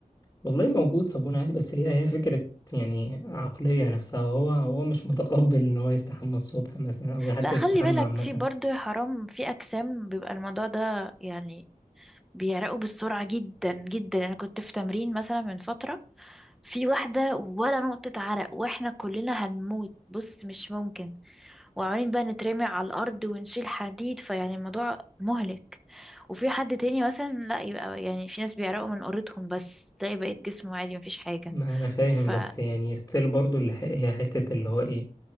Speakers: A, on the left (about 15°); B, in the centre.
A: والله موجود صابون عادي بس هي هي فكرة يعني عقلية نفسها هو هو مش متقبل ان هو يستحمى الصبح مثلا او حتى
B: لا خلي
A: يستحمى
B: بالك
A: عامة
B: في برضه يا حرام في أجسام بيبقى الموضوع ده يعني بيعرقوا بالسرعة جدا جدا أنا كنت في تمرين مثلا من فترة في واحدة ولا نقطة عرق وإحنا كلنا هنموت بص مش ممكن وعمالين بقى نترمي على الأرض ونشيل حديد فيعني الموضوع مهلك وفي حد تاني مثلا لا يبقى يعني في ناس بيعرقوا من قرتهم بس تلاقي بقية جسمه عادي مفيش حاجة
A: ما انا فاهم
B: ف
A: بس يعني ستيل برضو اللي ح- هي حتة اللي هو ايه